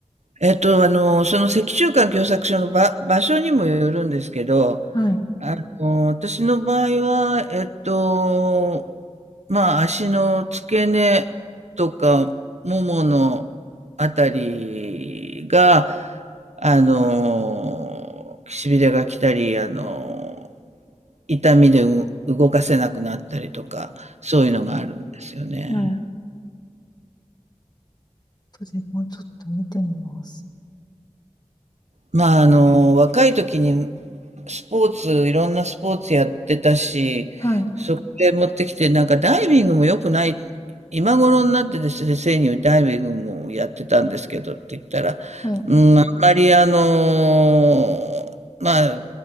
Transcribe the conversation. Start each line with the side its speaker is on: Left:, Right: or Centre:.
Right: えっと、あの、その脊柱管狭窄症の場、場所にもよるんですけど、
Left: はい。
Right: あの、私の場合は、えっと、まあ、足の付け根とか、もものあたりが、あの、しびれが来たり、あの、痛みでう動かせなくなったりとか、そういうのがあるんですよね。
Left: はい。それもうちょっと見てみます。
Right: まあ、あの、若い時にスポーツ、いろんなスポーツやってたし、
Left: はい。
Right: そこで持ってきて、なんかダイビングも良くない、今頃になってですね、先生にダイビングもやってたんですけどって言ったら、
Left: はい。
Right: うん、あんまりあの、まあ、